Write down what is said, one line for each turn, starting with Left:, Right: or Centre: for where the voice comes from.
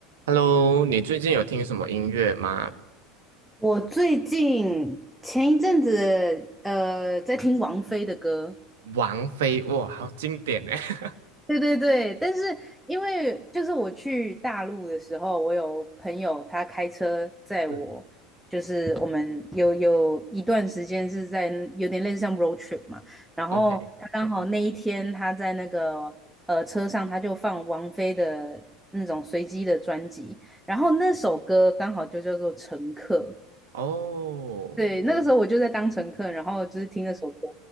Right: Hello，你最近有听什么音乐吗？
Centre: 我最近前一阵子呃在听王菲的歌，
Right: 王菲，哇，好经典呢。<laughs>
Centre: 对对对，但是因为就是我去大陆的时候，我有朋友他开车载我，
Right: 是
Centre: 就是我们有有一段时间是在有点类似像 road trip 嘛，然后他刚好那一天他在那个呃车上他就放王菲的那种随机的专辑，
Right: OK，
Centre: 然后那首歌刚好就叫做《乘客》。
Right: 哦
Centre: 对，那个时候我就在当乘客，然后就是听那首歌。